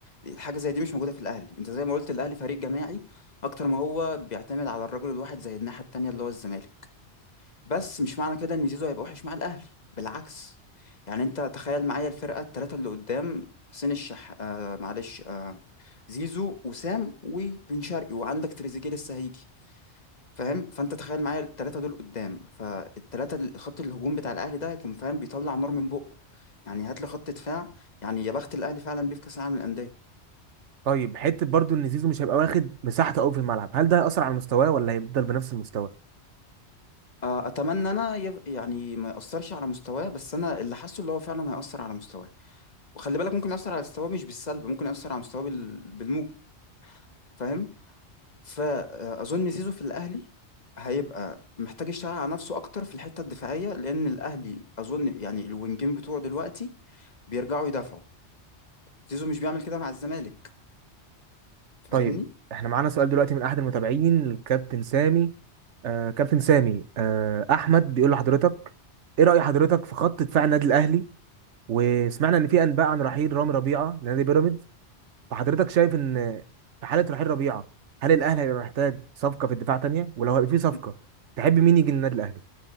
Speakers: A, on the left; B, on the right.
A: الحاجة زي دي مش موجودة في الأهلي انت زي ما قلت الأهلي فريق جماعي أكتر ما هو بيعتمد على الرجل الواحد زي الناحية التانية اللي هو الزمالك بس مش معنى كده إن زيزو هيبقى وحش مع الأهلي بالعكس يعني انت تخيل معايا الفرقة التلاتة اللي قدام حسين الشح آه معلش آه زيزو وسام وبن شرقي وعندك تريزيجيه لسه هيجي فاهم فانت تخيل معايا الثلاثه دول قدام فالثلاثه خط الهجوم بتاع الاهلي ده هيكون فاهم بيطلع نار من بقه يعني هات لي خط دفاع يعني يا بخت الاهلي فعلا بيه في كاس العالم للانديه
B: طيب حته برضو ان زيزو مش هيبقى واخد مساحته قوي في الملعب هل ده هيأثر على مستواه ولا هيفضل بنفس المستوى
A: آه، اتمنى انا يف- يعني ما ياثرش على مستواه بس انا اللي حاسه اللي هو فعلا هياثر على مستواه وخلي بالك ممكن ياثر على مستواه مش بالسلب ممكن ياثر على مستواه بال- بالموجب فاهم فاظن زيزو في الاهلي هيبقى محتاج يشتغل على نفسه اكتر في الحته الدفاعيه لان الاهلي اظن يعني الوينجين بتوعه دلوقتي بيرجعوا يدافعوا زيزو مش بيعمل كده مع الزمالك فاهمني
B: طيب احنا معانا سؤال دلوقتي من احد المتابعين الكابتن سامي آه كابتن سامي آه احمد بيقول لحضرتك ايه رأي حضرتك في خط دفاع النادي الاهلي وسمعنا ان في انباء عن رحيل رامي ربيعة لنادي بيراميدز فحضرتك شايف ان في حالة رحيل ربيعة هل الاهلي هيبقى محتاج صفقة في الدفاع تانية ولو هيبقى في صفقة
A: م-
B: تحب مين يجي للنادي الاهلي